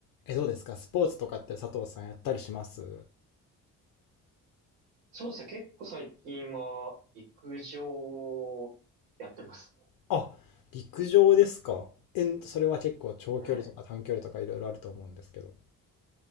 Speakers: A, on the left; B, on the right.
A: え、どうですかスポーツとかって佐藤さんやったりします
B: そうですね。結構最近は陸上やってますね。
A: あ、陸上ですか。え、それは結構長距離とか短距離とかいろいろあると思うんですけど。
B: ええ